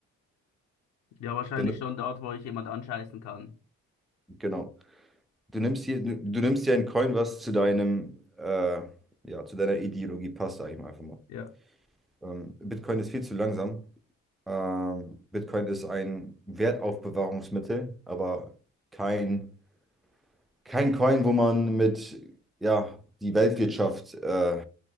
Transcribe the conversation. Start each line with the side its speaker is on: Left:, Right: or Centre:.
Left: Ja, wahrscheinlich
Centre: Wenn du-
Left: schon dort, wo ich jemand anscheißen kann.
Centre: Genau. Du nimmst dir, du du nimmst dir ein Coin, was zu deinem, äh, ja, zu deiner Ideologie passt, sage ich mal einfach mal.
Left: Ja.
Centre: Ähm, Bitcoin ist viel zu langsam. Ähm, Bitcoin ist ein Wertaufbewahrungsmittel, aber kein, kein Coin, wo man mit, ja, die Weltwirtschaft, äh,